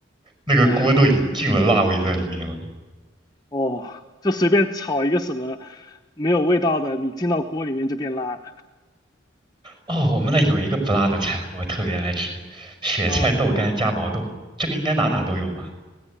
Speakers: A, on the right; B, on the left.
A: 那个锅都已经进了辣味在里面了。
B: 哎，哦，就随便炒一个什么没有味道的，你进到锅里面就变辣
A: 哦，我们那有一个不辣的菜，我特别爱吃，雪菜豆干加毛豆，
B: 啊，嗯
A: 这个应该哪哪都有吧？